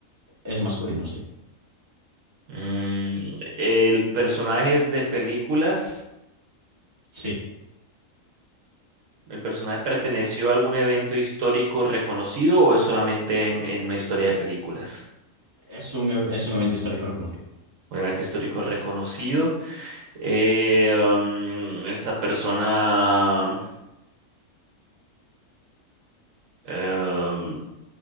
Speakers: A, on the right; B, on the right.
A: Es masculino, sí.
B: Mm, el personaje es de películas.
A: Sí.
B: ¿El personaje perteneció a algún evento histórico reconocido o es solamente en, en una historia de películas?
A: Es un, e- es un evento histórico reconocido.
B: Un evento histórico reconocido. Eh, um, esta persona em,